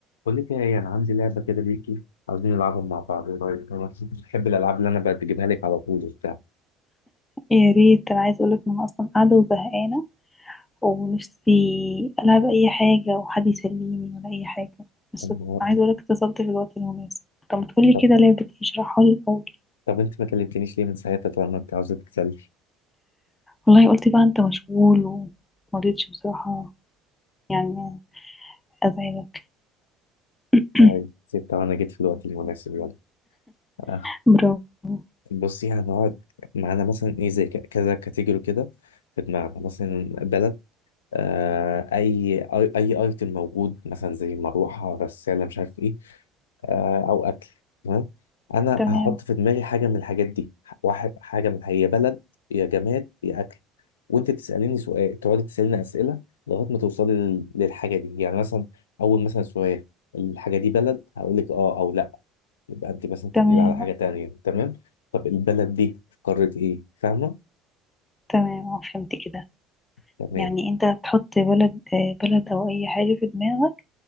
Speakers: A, on the left; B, on the left.
A: بقول لك ايه انا عندي لعبه كده ليكي عاوزين نلعبها مع بعض إيه رايك انا بحب الالعاب اللي انا بجيبها لك على طول وبتاع
B: يا ريت انا عايز اقولك ان انا اصلا قاعده وزهقانه ونفسي العب اي حاجه وحد يسليني ولا اي حاجه بس
A: <laughs> أما-
B: عايز اقولك اتصلت في الوقت المناسب طب ما تقولي
A: طب
B: كده لعبه إيه؟ اشرحها لي الاول
A: طب انت ما كلمتنيش ليه من ساعتها طبعا ما انت عاوزه تتسلي
B: والله قلت بقى انت مشغول ومرضتش بصراحه يعني ازعلك <clears throat>
A: طيب سبتها وانا جيت في الوقت المناسب يلا <laughs> آه.
B: برافو
A: بصي هنقعد معانا مثلا ايه زي ك- كذا كاتيجوري كده في دماغنا مثلا بلد آه اي اي اي ايتم موجود مثلا زي مروحه غساله مش عارف إيه. آه، او اكل تمام انا
B: تمام
A: هحط في دماغي حاجه من الحاجات دي واحد حاجه من هي بلد يا جماد يا اكل وانت تساليني سؤال تقعدي تساليني اسئله لغايه ما توصلي لل- للحاجه دي يعني مثلا اول مثلا سؤال الحاجه دي بلد هقول لك اه او لا يبقى انت مثلا تنقلي
B: تمام
A: على حاجه تانية تمام طب البلد دي في قاره ايه فاهمه
B: تمام آه، فهمت كده
A: تمام
B: يعني انت هتحط بلد آه، بلد او اي حاجه في دماغك